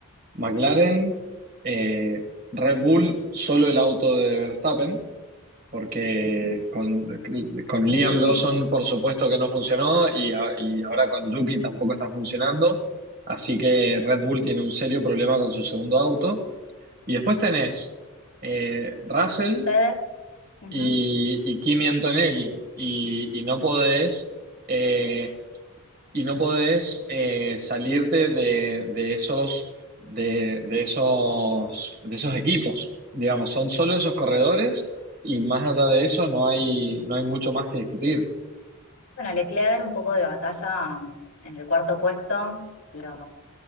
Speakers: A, on the right; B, on the left.
A: McLaren, eh, Red Bull, solo el auto de Verstappen. porque
B: Sí.
A: con, con Liam
B: Yuki,
A: Lawson por supuesto que no funcionó y, a- y ahora con Yuki tampoco está funcionando, así que Red Bull tiene un serio problema con su segundo auto. Y después tenés eh, Russell
B: ustedes. Ujú.
A: y, y Kimi Antonelli y, y no podés... eh, y no podés eh, salirte de, de esos, de, de esos, de esos equipos, digamos, son solo esos corredores y más allá de eso no hay, no hay mucho más que discutir.
B: Bueno, Leclerc, un poco de batalla en el cuarto puesto, lo,